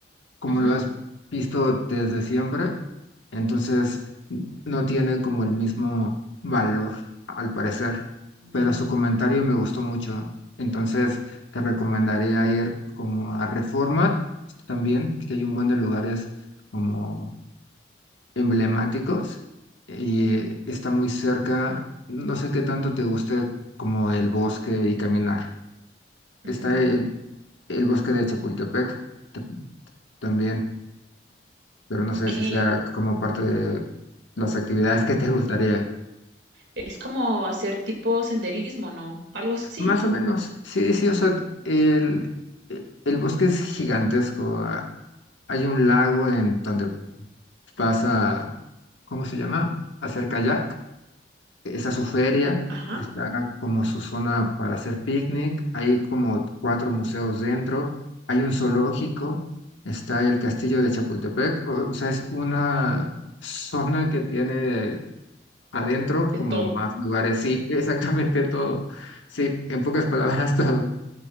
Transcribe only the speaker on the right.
Ujú.
Mm,
mm,
ok.
Es como hacer tipo senderismo, ¿no? Algo así.
Ajá.
De
todo.